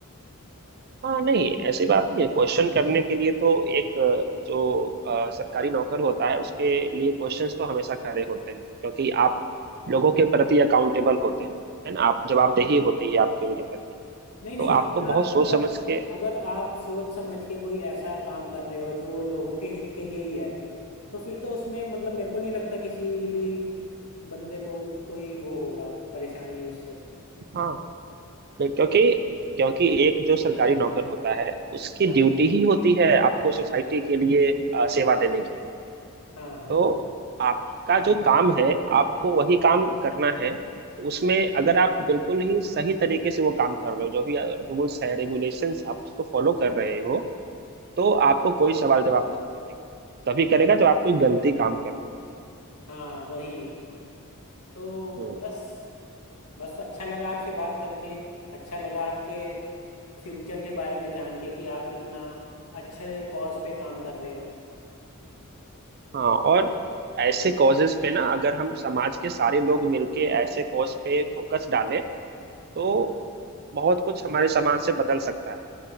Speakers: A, on the right; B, on the left.
A: हाँ नहीं ऐसी बात नहीं है क्वेश्चन करने के लिए तो एक अ, जो अ, सरकारी नौकर होता है उसके लिए क्वेश्चंस तो हमेशा खड़े होते हैं क्योंकि आप लोगों के प्रति अकाउंटेबल होते हैं है ना आप जवाबदेही होती है आपकी उनके प्रति
B: नहीं नहीं
A: तो
B: अगर
A: आपको बहुत
B: आप
A: सोच
B: अगर
A: समझ के
B: अगर आप सोच समझ के कोई ऐसा काम कर रहे हो जो लोगों के हित के लिए ही है तो फिर तो उसमें मतलब मेरे को नहीं लगता किसी भी बंदे को कोई वो होगा परेशानी उससे
A: हाँ नहीं, क्योंकि क्योंकि एक जो सरकारी नौकर होता है उसकी
B: हाँ
A: ड्यूटी ही होती है आपको सोसाइटी के लिए अ, सेवा देने की
B: हाँ हाँ
A: तो
B: हाँ
A: आपका जो काम है आपको वही काम करना है उसमें अगर आप बिल्कुल ही सही तरीके से वो काम कर रहे हो जो भी रूल्स है रेगुलेशंस आप उसको फॉलो कर रहे हो तो आपको कोई सवाल जवाब नहीं करेगा तभी करेगा जब आप कोई गलती काम कर रहे
B: हाँ वही तो
A: हो
B: बस
A: हम्म,
B: बस अच्छा लगा आपसे बात करके अच्छा लगा आपके फ्यूचर के बारे में जान के कि आप इतना अच्छे कॉज पे काम कर रहे हो
A: हाँ और ऐसे कॉजेस पे ना अगर हम समाज के सारे लोग मिलके ऐसे कॉज पे फोकस डालें तो
B: हाँ
A: बहुत कुछ हमारे समाज से बदल सकता है